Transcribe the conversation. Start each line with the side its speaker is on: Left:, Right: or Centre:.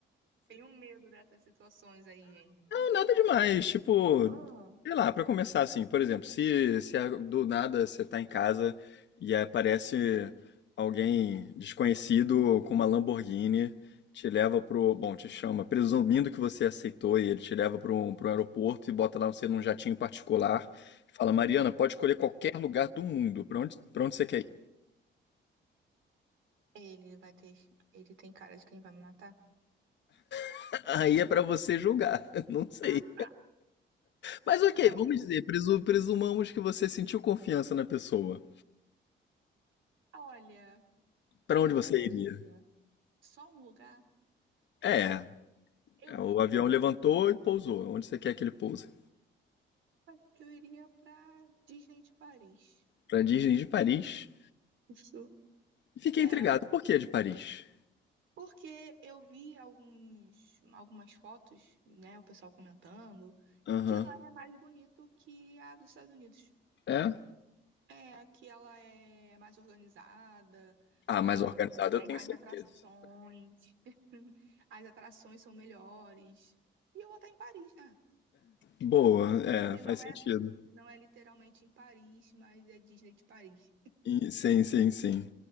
Right: Tenho medo dessas situações aí, hein?
Left: Nada demais, tipo,
Right: Ah,
Left: sei lá, pra começar assim, por exemplo, se, se a- do nada você tá em casa e aparece alguém desconhecido com uma Lamborghini, te leva pro, bom, te chama, presumindo que você aceitou e ele te leva pro um, pro um aeroporto e bota lá você num jatinho particular e fala, Mariana, pode escolher qualquer lugar do mundo, pra onde, pra onde você quer ir.
Right: Ele vai ter. Ele tem cara de quem vai me matar?
Left: <laughs> Aí é pra você julgar, <laughs> não sei.
Right: ah, tá.
Left: Mas ok,
Right: Então,
Left: vamos dizer, presu- presumamos que você sentiu confiança na pessoa.
Right: Olha,
Left: Pra
Right: pra
Left: onde você
Right: onde eu
Left: iria?
Right: iria? Só um lugar?
Left: É,
Right: Eu
Left: é, o
Right: iria.
Left: avião levantou e pousou. Onde você quer que ele pouse?
Right: Acho que Eu iria pra Disney de Paris.
Left: Pra Disney de Paris.
Right: isso.
Left: Fiquei
Right: É.
Left: intrigado. Por que de Paris?
Right: Porque eu vi alguns, algumas fotos, né, o pessoal comentando,
Left: Aham.
Right: que lá é mais bonito que a dos Estados Unidos.
Left: É?
Right: É, que ela é mais organizada,
Left: Ah,
Right: ahn,
Left: mas organizado
Right: tem
Left: eu tenho
Right: mais
Left: certeza.
Right: atrações, <laughs> as atrações são melhores. E eu vou estar em Paris, né?
Left: Boa, é,
Right: Que
Left: faz
Right: não
Left: sentido.
Right: é, não é literalmente em Paris, mas é Disney de Paris.
Left: E- sim, sim, sim.